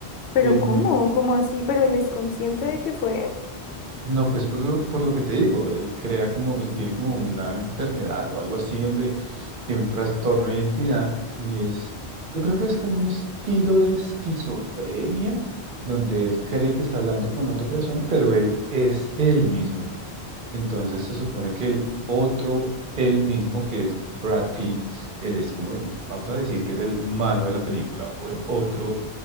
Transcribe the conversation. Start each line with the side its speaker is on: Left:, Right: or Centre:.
Left: ¿Pero
Right: él
Left: cómo?
Right: mi-
Left: ¿Cómo así? ¿Pero él es consciente de que fue él?
Right: No, pues por lo, por lo que te digo, él crea como, él tiene como una enfermedad o algo así donde tiene un trastorno de identidad y es, yo creo que es como un estilo de esquizofrenia donde él cree que está hablando con otra persona, pero él es él mismo. Entonces se supone que el otro él mismo, que es Brad Pitt, él es como el, vamos a decir que es el malo de la película o el otro